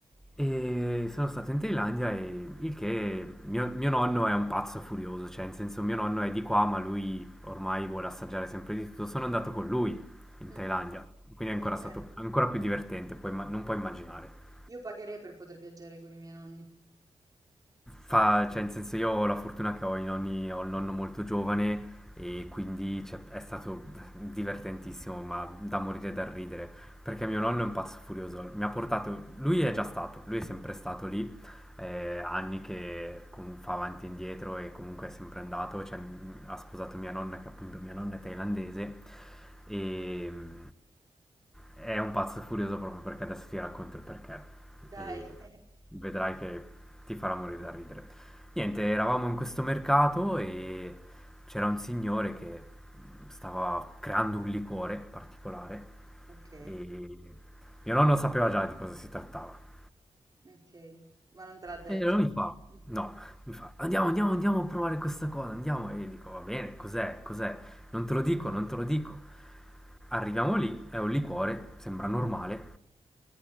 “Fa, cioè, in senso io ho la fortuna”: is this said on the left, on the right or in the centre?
Centre